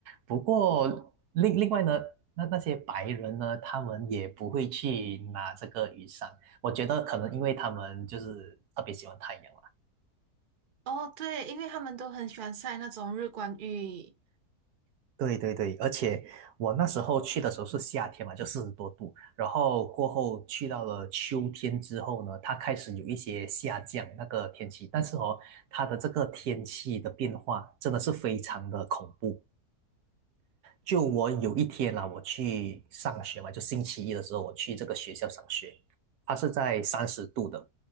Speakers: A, on the right (about 80°); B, on the right (about 45°).
A: 不过另另外呢，那那些白人呢，他们也不会去拿这个雨伞。我觉得可能因为他们就是特别喜欢太阳啦。
B: 哦，对，因为他们都很喜欢晒那种日光浴，
A: 对对对，而且我那时候去的时候是夏天嘛，就四十多度，然后过后去到了秋天之后呢，它开始有一些下降那个天气，但是哦，它的这个天气的变化真的是非常的恐怖。就我有一天啦，我去上学嘛，就星期一的时候，我去这个学校上学，它是在三十度的，